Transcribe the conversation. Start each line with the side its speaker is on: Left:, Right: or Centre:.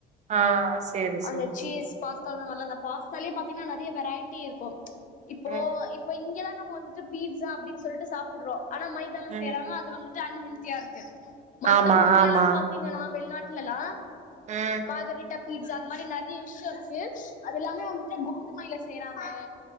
Right: ஆ சேரி
Left: அந்த
Right: சேரி
Left: சீஸ்
Right: சேரி
Left: பாஸ்தாவா அந்த பாஸ் தலைய பாத்தீங்கன்னா நெற வெரைட் ட்டி இருக்கும் இப்போ
Right: ம்
Left: இப்போ இங்கதா நம்ம வந்துட்டு பீட்ஸா அப்படனு சொல்ட்டு சாப்பிடுறோ ஆனா மைதால செய்யறாங்க
Right: ம்
Left: அது வந்துட்டு அன்ஹெல்தியா இருக்கு மத்த
Right: ஆமா
Left: ஊர்ல
Right: ஆமா
Left: எல்லா பாத்தீங்கன்னா வெளிநாட்டு இல்லலா
Right: ம்
Left: மாதிரிட்டப் பீட்ஸ்சா அந்த மாரி நெறைய விஷயோ இருக்கு அது எல்லாமே வந்துட்டு கோதுமையில நாங்க